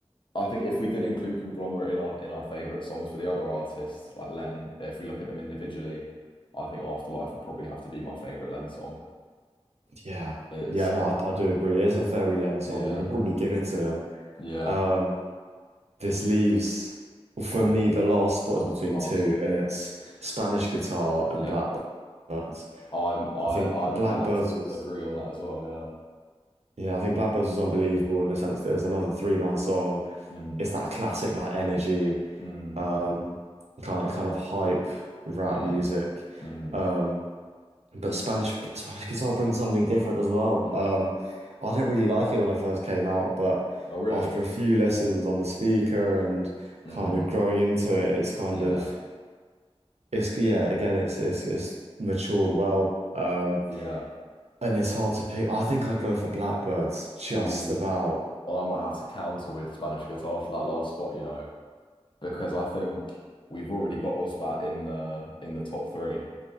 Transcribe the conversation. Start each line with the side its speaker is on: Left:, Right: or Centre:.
Left: I think if we did include Conglomerate in our in our favorite songs for the other artists, like Len, if we look at them individually, I think Afterlife will probably have to be my favorite Len song.
Right: Yeah,
Left: It's
Right: yeah, no, I, I do agree. It is a very Len song.
Left: yeah,
Right: We can probably give it to him.
Left: yeah.
Right: Um, this leaves, for
Left: Oh,
Right: me, the last spot is between
Left: last,
Right: two, and it's Spanish guitar and
Left: yeah.
Right: Blackbirds.
Left: I'm I
Right: I think
Left: I'm
Right: Blackbirds
Left: gonna have to
Right: was,
Left: agree on that as well. Yeah.
Right: yeah, I think Blackbirds was unbelievable in the sense that it was another three-man song.
Left: Mm,
Right: It's that classic like energy,
Left: mm.
Right: um, kind of kind of hype rap
Left: Mm,
Right: music.
Left: mm,
Right: Um, But Spanish Spanish guitar brings something different as well.
Left: hmm
Right: Um, I didn't really like it when it first came out, but
Left: Oh, really?
Right: after a few lessons on the speaker and
Left: Mm,
Right: kind of growing into it, it's kind
Left: yeah,
Right: of it's yeah, again, it's it's it's matured well. Um,
Left: yeah.
Right: and it's hard to pick. I think I'd go for Blackbirds just
Left: Ooh.
Right: about.
Left: Oh, I might have to counter with Spanish guitar for that last spot, you know, because I think we've already got Ozbat in the in the top three